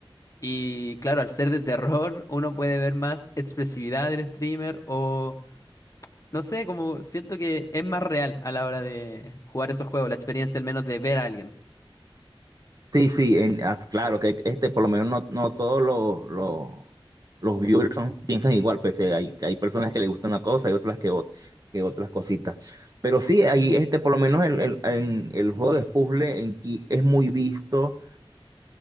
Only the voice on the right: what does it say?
sí, sí, en- ah, claro que este, por lo menos no, no todos los, los, los viewers son- piensan igual, pues eh, hay, hay personas que les gusta una cosa y otras que, ot- que otras cositas. Pero sí, ahí este, por lo menos el, el, en- el juego de puzzle en Ki- es muy visto